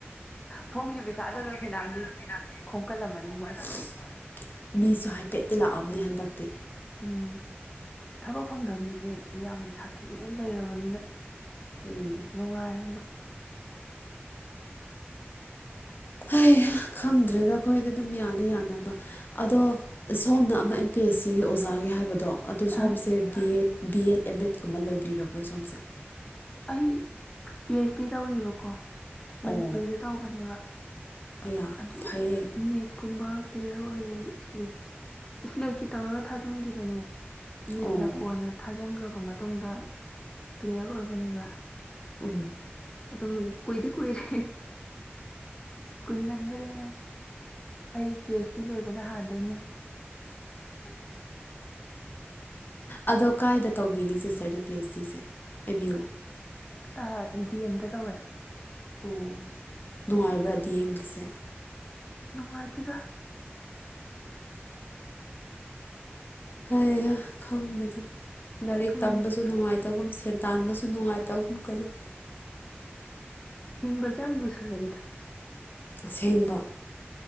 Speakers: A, on the left; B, on the left.
A: ꯐꯣꯝꯒꯤ ꯄꯩꯁꯥꯗꯨꯗ
B: ꯐꯣꯝꯒꯤ ꯄꯩꯁꯥꯗꯗ
A: ꯐꯩꯅꯥꯝꯗꯤ
B: ꯐꯩꯅꯥꯝꯗꯤ
A: ꯈꯣꯝꯀꯠꯂꯝꯃꯅꯤ
B: ꯈꯣꯝꯀꯜꯂꯝꯃꯅꯤ
A: ꯃꯣꯏ
B: ꯃꯣꯏ ꯃꯤꯁꯨ ꯍꯥꯏꯐꯦꯠꯇꯤ ꯂꯥꯛꯑꯝꯅꯤ ꯍꯟꯗꯛꯇꯤ
A: ꯎꯝ ꯊꯕꯛ ꯐꯪꯗꯕ ꯃꯤꯁꯦ ꯌꯥꯝ ꯁꯥꯊꯤꯅ ꯂꯩꯔꯕꯅꯤꯅ
B: ꯎꯝ
A: ꯅꯨꯡꯉꯥꯏꯔꯦ ꯃꯣꯏ
B: ꯍꯩꯍꯥ ꯈꯪꯗ꯭ꯔꯦꯗ ꯑꯩꯈꯣꯏꯗꯤ ꯑꯗꯨꯝ ꯌꯥꯅ ꯌꯥꯅꯕ ꯑꯗꯣ ꯁꯣꯝꯅ ꯑꯃ ꯑꯦꯝ ꯄꯤ ꯑꯦꯁ ꯁꯤꯒꯤ ꯑꯣꯖꯥꯒꯤ ꯍꯥꯏꯕꯗꯣ ꯑꯗꯣ ꯁꯣꯝꯁꯦ
A: ꯑ
B: B Ed B Ed M ꯑꯦꯗꯀꯨꯝꯕ ꯂꯣꯏꯕꯤꯔꯕ꯭ꯔꯣ ꯁꯣꯝꯁꯦ
A: ꯑꯩ ꯄꯤ ꯑꯩꯆ ꯗꯤ ꯇꯧꯔꯤꯕꯀꯣ ꯃꯅꯤꯄꯨꯔꯤꯗ
B: ꯑꯣ
A: ꯇꯧꯕꯅꯦꯕ
B: ꯑꯌꯥ
A: ꯑꯗꯨ
B: ꯐꯩꯌꯦ
A: ꯅꯦꯠꯀꯨꯝꯕ ꯀ꯭ꯂꯤꯌꯔ ꯑꯣꯏꯔꯦ ꯏꯁꯂꯤꯠ ꯁ꯭ꯂꯦꯠꯀꯤ ꯇꯧꯔꯒ ꯊꯥꯖꯤꯟꯈꯤꯕꯅꯦ ꯅꯦꯠꯅ
B: ꯑꯣ
A: ꯀꯣꯟꯅ ꯊꯥꯖꯤꯟꯈ꯭ꯔꯕ ꯃꯇꯨꯡꯗ ꯀ꯭ꯂꯤꯌꯔ ꯑꯣꯏꯕꯅꯦꯕ
B: ꯎꯝ
A: ꯑꯗꯨꯝ ꯀꯨꯏꯗꯤ ꯀꯨꯏꯔꯦ ꯀꯨꯏꯃꯟꯈꯔꯦ ꯃꯣꯏ ꯑꯩ ꯄꯤ ꯑꯩꯆ ꯗꯤ ꯂꯣꯏꯕꯅ ꯍꯥꯟꯗꯣꯏꯅꯦ
B: ꯑꯗꯣ ꯀꯥꯏꯗ ꯇꯧꯕꯤꯒꯦ ꯁꯤꯁꯇꯔꯗꯤ ꯄꯤ ꯑꯩꯆ ꯗꯤꯁꯦ ꯑꯦꯝ ꯌꯨ
A: ꯑ ꯗꯤ ꯑꯦꯝꯗ ꯇꯧꯋꯦ
B: ꯑꯣ ꯅꯨꯡꯉꯥꯏꯕ꯭ꯔꯥ ꯗꯤ ꯑꯦꯝꯒꯤꯁꯦ
A: ꯅꯨꯡꯉꯥꯏꯇꯦꯗ
B: ꯍꯩꯍꯣ ꯈꯪꯗꯦꯗ ꯂꯥꯏꯔꯤꯛ
A: ꯁꯨꯝ
B: ꯇꯝꯕꯁꯨ ꯅꯨꯡꯉꯥꯏ ꯇꯒꯨꯝ ꯁꯦꯟ ꯇꯥꯟꯕꯁꯨ ꯅꯨꯡꯉꯥꯏꯇꯒꯨꯝ ꯀꯔꯤ
A: ꯍꯤꯡꯕꯁꯦ ꯌꯥꯝ ꯂꯨꯁꯜꯂꯛꯏꯗ
B: ꯑꯁꯦꯡꯕ